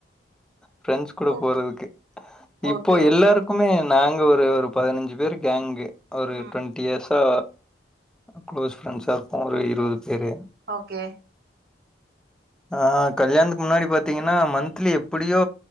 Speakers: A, in the centre; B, on the right.
A: ஃப்ரெண்ட்ஸ் கூட
B: ஓ
A: போறதுக்கு
B: ஓகே
A: இப்போ
B: ஓகே
A: எல்லாருக் குமே நாங்க ஒரு ஒரு பதினஞ்சு பேரு கேங்கு ஒரு
B: ம்
A: ட்வெண்ட்டி இயர்ஸா க்ளோஸ் ப்ரெண்ட்ஸா இருப்போ ஒரு இருவது பேரு
B: ஓகே
A: ஆ கல்யாணத்துக்கு முன்னாடி பாத்தீங்கன்னா மன்த்லி எப்படியோ